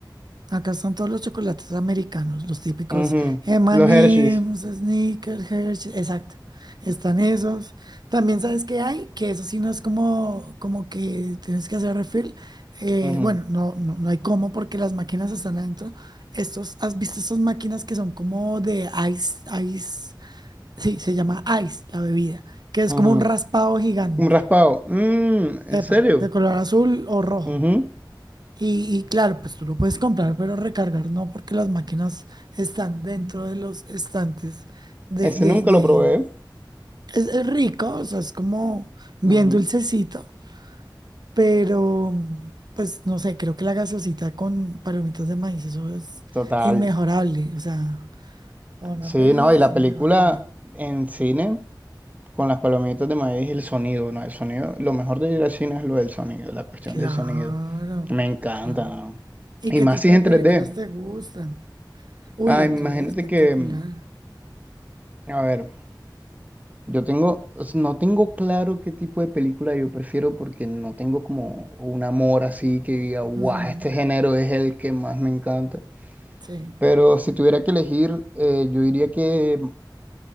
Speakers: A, on the right; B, on the right.
A: Acá están todos los chocolates americanos, los típicos
B: Ujú.
A: M&M's,
B: Los Hershey's.
A: Snickers, Hershey's, exacto. Están esos. También sabes que hay, que eso sí no es como, como que tienes que hacer refill. Eh,
B: Ujú,
A: bueno, no, no, no hay cómo porque las máquinas están adentro. Estos, ¿has visto estas máquinas que son como de ice, ice? Sí, se llama ice la bebida, que es
B: ujú.
A: como un raspado gigante.
B: Un raspado. Mm, ¿en serio?
A: Epa, de color azul o rojo.
B: Ujú.
A: Y, y claro, pues tú lo puedes comprar, pero recargar no, porque las máquinas están dentro de los estantes de,
B: Ese
A: de,
B: nunca
A: de-
B: lo probé.
A: Es, es rico, o sea, es como bien
B: Ujú.
A: dulcecito, pero pues no sé, creo que la gaseosita con palomitas de maíz, eso es
B: Total.
A: inmejorable, o sea, para una
B: Sí,
A: peli
B: no,
A: es
B: y la
A: inmejorable.
B: película en cine. con las palomitas de maíz y el sonido, ¿no? El sonido, lo mejor de ir al cine es lo del sonido, la cuestión
A: Claro,
B: del sonido. Me encanta,
A: claro.
B: ¿no?
A: ¿Y
B: Y
A: qué
B: más
A: tipo
B: si
A: de
B: es en
A: películas
B: 3D.
A: te gustan? Uy,
B: Ah,
A: entonces
B: imagínate
A: es espectacular.
B: que, mm, a ver, yo tengo, s- no tengo claro qué tipo de película yo prefiero porque no tengo como un amor así que diga, guau,
A: Ujú,
B: este género es el que más me encanta.
A: Sí.
B: Pero si tuviera que elegir, eh, yo diría que,